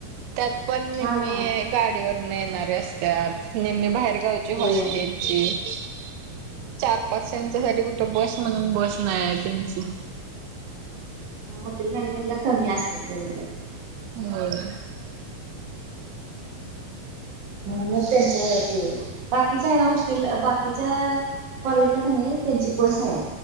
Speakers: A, on the right; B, on the right.
A: त्यात पणी
B: हा हा
A: गाडीवर येणारे असतात नेममी बाहेरगावची
B: होय
A: हॉस्टेलची <inaudible> चार पाच त्यांच्यासाठी कुठ बस म्हणून बस नाही आहे त्यांची.
B: हॉटेल मॅनेजमेंट ला कमी असतील बरोबर आहे.
A: होय.
B: म्हणूनच त्यांच ते बाकीच्या याला हॉस्टेल बाकीच्या कॉलेजला का नाही त्यांची बस आहे.